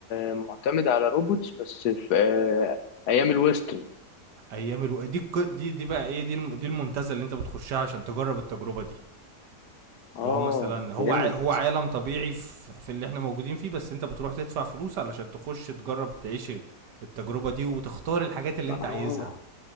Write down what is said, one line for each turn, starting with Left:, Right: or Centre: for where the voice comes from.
Left: آه، معتمد على روبوتس بس في آه، ايام الويسترن
Right: ايام الو... دي الك- دي دي بقى ايه دي الم- دي المنتزه اللي انت بتخشها عشان تجرب التجربه دي
Left: اه
Right: لو هو مثلا هو
Left: فهمت
Right: ع... هو عالم طبيعي في... في اللي احنا موجودين فيه بس انت بتروح تدفع فلوس علشان تخش تجرب تعيش التجربه دي وتختار الحاجات اللي
Left: اه
Right: انت عايزها